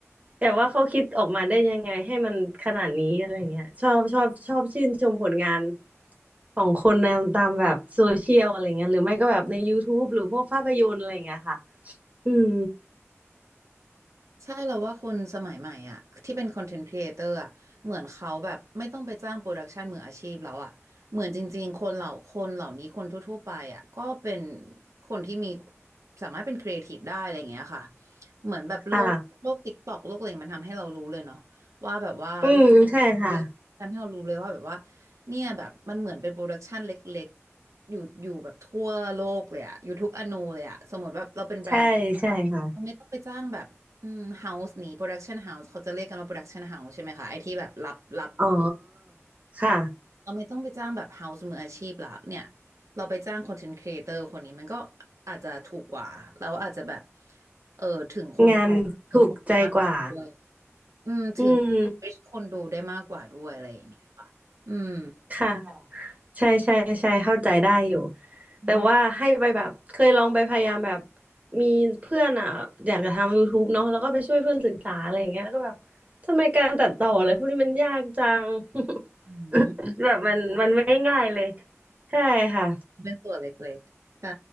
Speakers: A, on the right (about 30°); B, on the right (about 90°).
A: แต่ว่าเขาคิดออกมาได้ยังไงให้มันขนาดนี้อะไรเงี้ยชอบชอบชอบชื่นชมผลงาน ของคนนะตามแบบโซเชียลอะไรเงี้ยหรือไม่ก็แบบใน YouTube หรือพวกภาพยนตร์อะไรเงี้ยค่ะ อืม
B: ใช่เราว่าคนสมัยใหม่อ่ะที่เป็นคอนเทนต์ครีเอเตอร์อ่ะเหมือนเขาแบบไม่ต้องไปจ้างโปรดักชันมืออาชีพแล้วอ่ะเหมือนจริงๆคนเหล่าคนเหล่านี้คนทั่วๆไปอ่ะก็เป็นคนที่มีสามารถเป็นครีเอทีฟได้อะไรอย่างเงี้ยค่ะเหมือนแบบโลกโลกติ๊กต็อกโลกอะไรมันทำให้เรารู้เลยเนาะว่าแบบว่า
A: ค่ะอืมใช่ค่ะ
B: ทำให้เรารู้เลยว่าแบบว่าเนี่ยแบบมันเหมือนเป็นโปรดักชันเล็กๆอยู่อยู่แบบทั่วโลกเลยอ่ะอยู่ทุกอนูเลยอ่ะสมมติแบบเราเป็นแบรนด์
A: ใช่ ใช่ค่ะ
B: เราไม่ต้องไปจ้างแบบ อืมเฮาส์นี้โปรดักชันเฮาส์เขาจะเรียกกันว่าโปรดักชันเฮาส์ใช่ไหมคะไอที่แบบรับรับ
A: อ๋อ ค่ะ
B: เราไม่ต้องไปจ้างแบบเฮาส์มืออาชีพละเนี่ยเราไปจ้างคอนเทนต์ครีเอเตอร์คนนี้มันก็อาจจะถูกกว่าแล้วอาจจะแบบเออถึงคนดู
A: งานถูกใจกว่า
B: ถึงคนดูมากกว่าด้วยอืมถึง
A: อืม
B: reach คนดูได้มากกว่าด้วยอะไรอย่างเงี้ยค่ะอืม
A: ค่ะ ใช่ใช่ใช่เข้าใจได้อยู่
B: อืม
A: แต่ว่าให้ไปแบบเคยลองไปพยายามแบบมีเพื่อนอ่ะอยากจะทำ YouTube เนาะแล้วก็ไปช่วยเพื่อนศึกษาอะไรอย่างเงี้ยแล้วก็แบบทำไมการตัดต่ออะไรพวกนี้มันยากจัง
B: อืม
A: <laughs> แบบมันมันไม่ง่ายเลยใช่ค่ะ
B: เป็นตัวเล็กๆใช่